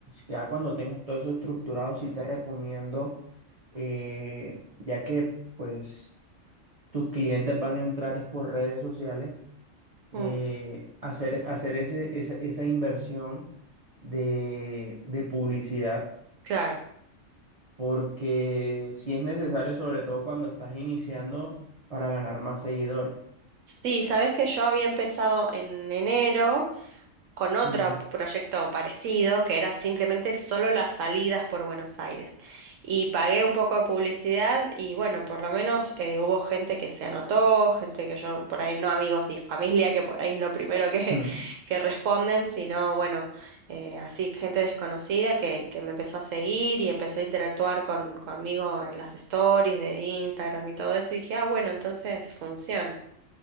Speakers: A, on the right; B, on the right.
A: ya cuando tengas todo eso estructurado, sí te recomiendo, eh, ya que pues tus clientes van a entrar es por redes sociales, eh,
B: mm,
A: hacer, hacer ese, esa, esa inversión de, de publicidad,
B: claro.
A: porque sí es necesario, sobre todo cuando estás iniciando, para ganar más seguidores.
B: Sí, sabés que yo había empezado en enero. con otro
A: Mm,
B: proyecto parecido que era simplemente solo las salidas por Buenos Aires. Y pagué un poco de publicidad y bueno, por lo menos eh, hubo gente que se anotó, gente que yo por ahí, no amigos y familia, que por ahí es lo primero que,
A: mm.
B: <laughs> que responden, sino bueno, eh, así gente desconocida que, que me empezó a seguir y empezó a interactuar con, conmigo en las stories de Instagram y todo eso. Y dije, ah, bueno, entonces funciona.